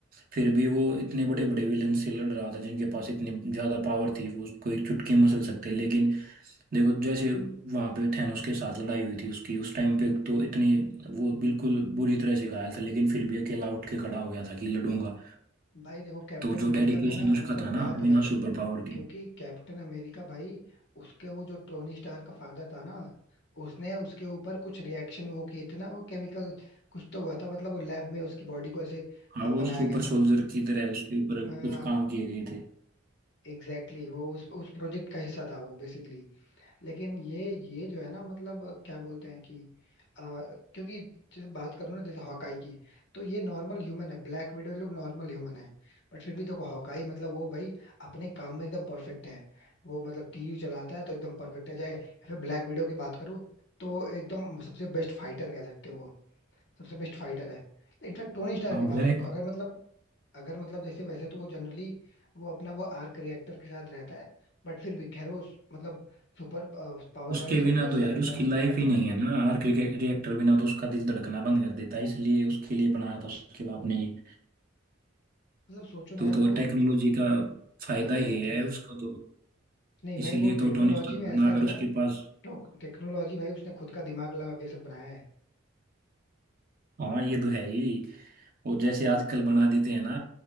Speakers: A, on the right (about 45°); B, on the left (about 60°).
A: फिर भी वो इतने बड़े बड़े विलन से लड़ रहा था जिनके पास इतनी ज्यादा पावर थी वो उसको एक चुटकी मसल सकते लेकिन देखो जैसे वहां पे थैनोस के साथ लड़ाई हुई थी उसकी उस टाइम पे तो इतनी वो बिल्कुल बुरी तरह से घायल था लेकिन फिर भी अकेला उठ के खड़ा हो गया था कि लड़ूंगा
B: भाई देखो कैप्टन
A: तो जो
B: अमेरिका
A: डेडिकेशन
B: का ना
A: उसका
B: मतलब
A: था ना
B: बात
A: बिना
B: अलग है
A: सुपर पावर के
B: क्योंकि कैप्टन अमेरिका भाई उसके वो जो टोनी स्टार का फादर था ना उसने उसके ऊपर कुछ रिएक्शन वो किए थे ना वो केमिकल कुछ तो हुआ था मतलब वो लैब में उसकी बॉडी को ऐसे
A: हाँ
B: अ,
A: वो
B: बनाया
A: सुपर
B: गया
A: सोल्जर
B: था
A: की तरह उसके ऊपर
B: हाँ
A: कुछ काम किए गए थे
B: एग्जैक्टली exactly, वो उस उस प्रोजेक्ट का हिस्सा था वो बेसिकली लेकिन ये ये जो है ना मतलब क्या बोलते हैं कि आ, क्योंकि जैसे बात करूँ ना जैसे हॉकाई की तो ये नॉर्मल ह्यूमन है ब्लैक विडो लोग नॉर्मल ह्यूमन है बट फिर भी देखो हॉकाई मतलब वो भाई अपने काम में एकदम परफेक्ट है वो मतलब टीवी चलाता है तो एकदम परफेक्ट है चाहे या फिर ब्लैक विडो की बात करूँ तो एकदम सबसे बेस्ट फाइटर कह सकते हो वो सबसे बेस्ट फाइटर है इनफैक्ट टोनी स्टार
A: हाँ
B: की
A: ब्लैक
B: बात करूँ अगर मतलब अगर मतलब जैसे वैसे तो वो जनरली वो अपना वो आर्क रिएक्टर के साथ रहता है बट फिर भी खैर वो मतलब सुपर पावर
A: उसके
B: वाले सोल्जर
A: बिना तो
B: से
A: यार
B: लड़ता
A: उसकी
B: है
A: लाइफ ही नहीं है ना आर्क रिएक्टर बिना तो उसका दिल धड़कना बंद कर देता है इसलिए उसके लिए बनाया था उसके बाप ने ये।
B: मतलब सोचो ना
A: तो
B: यार
A: तो
B: वो
A: टेक्नोलॉजी का फायदा
B: Exactly
A: ही है
B: exactly.
A: उसको तो
B: नहीं भाई
A: इसीलिए
B: वो टेक्नोलॉजी
A: तो टोनी स्टार्क
B: में ऐसा
A: बना अगर
B: नहीं
A: उसके
B: है
A: पास
B: टेक्नोलॉजी भाई उसने खुद का दिमाग लगा के सब बनाया है
A: हाँ ये तो है ही और जैसे आजकल बना देते हैं ना